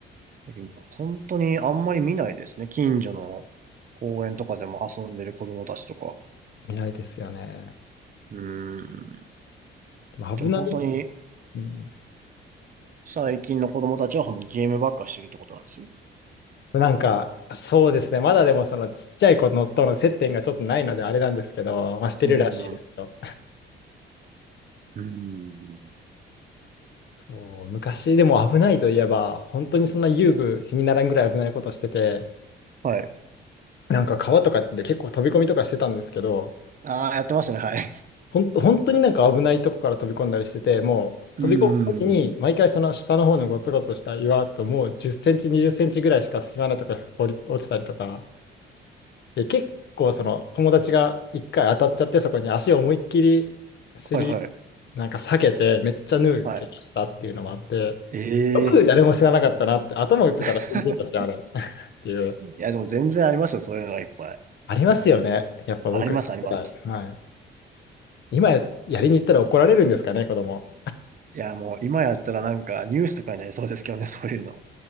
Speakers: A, on the right; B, on the left.
A: だけど本当にあんまり見ないですね。近所の公園とかでも遊んでる子供たちとか。
B: 見ないですよね。
A: うーん。
B: でも危ない。
A: でも本当に
B: うん。
A: 最近の子供たちは本当にゲームばっかしてるってことなんですよ。
B: なんか、そうですね。まだでも、そのちっちゃい子のとの接点がちょっとないので、あれなんですけど、まあ、してるらしいですよ。
A: うーん。うーん。
B: そう、昔でも危ないといえば、本当にそんな遊具、日にならんぐらい危ないことしてて、
A: はい。
B: なんか川とかで結構飛び込みとかしてたんですけど、
A: ああ、やってましたね。はい。
B: ほんと、本当になんか危ないとこから飛び込んだりしてて、もう飛び込むときに、
A: うーん。
B: 毎回その下の方のゴツゴツした岩と、もう10センチ、20センチぐらいしか隙間なとか落り、落ちたりとか、で、結構その友達が一回当たっちゃって、そこに足を思いっきりすり、
A: はいはい。
B: なんか避けて、めっちゃ縫う怪我したっていうのもあって、
A: はい。
B: よ
A: ええ
B: く誰も死ななかったなって、頭打ってたら死んでたし、
A: <laughs>
B: あれ <laughs> っていう、
A: いや、でも全然ありますよ。そういうのがいっぱい。
B: ありますよね、やっぱ僕らの世代。
A: あります、あります。
B: はい。今や、やりに行ったら怒られるんですかね、子供。
A: いや、もう今やったらなんかニュースとかになりそうですけどね、そういうの。